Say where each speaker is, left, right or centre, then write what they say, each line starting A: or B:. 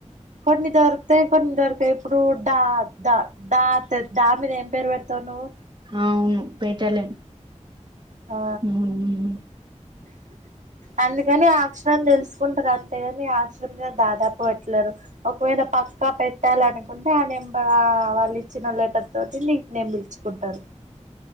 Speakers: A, on the right (about 80°); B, on the right (about 40°).
A: కొన్ని దొరుకుతాయి కొన్ని దొరకవు ఇప్పుడు డ ద అత్తది ద మీద ఏం పేరు పెడతావు నువ్వు
B: అవును పెట్టలేం
A: ఆ
B: మ్మ్
A: అందుకని ఆ అక్షరం తెలుసుకుంటారు అంతేగాని అక్షరం మీద దాదాపు పెట్టలేరు ఒకవేళ పక్కా పెట్టాల అనుకుంటే ఆ నెంబర్ వాళ్ళు ఇచ్చిన లెటర్ తోటి నిక్ నేమ్ పిలుచుకుంటారు